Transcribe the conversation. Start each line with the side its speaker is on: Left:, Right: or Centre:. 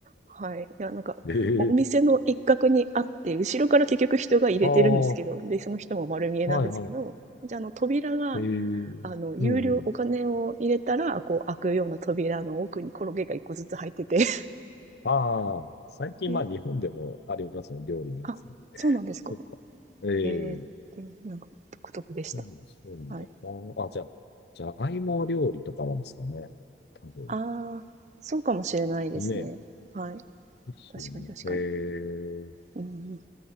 Right: はい。いや、なんか、
Left: えー、
Right: お店の一角にあって、後ろから結局人が入れてるんですけど、
Left: ああ、は
Right: で、その人も丸見えなんですけど、
Left: いはい。
Right: じゃあ、あの、扉が、
Left: えー、
Right: あの、有料、
Left: うんうん。
Right: お金を入れたら、こう、開くような扉の奥にコロゲが一個ずつ入ってて、<laughs>
Left: ああ、最近まあ日本でもありますね、
Right: え
Left: 料理のやつ。
Right: あ、そうなんですか。
Left: そっか。え
Right: ええでもなんか、
Left: え
Right: 独特でした。
Left: でもそうなんだ。
Right: はい。
Left: まあ、あじゃあ、じゃがいも料理とかなんですかね。多分。
Right: ああ、そうかもしれないですね。
Left: ねえ。
Right: はい。
Left: ですよね。
Right: 確かに確かに。
Left: ええ
Right: うん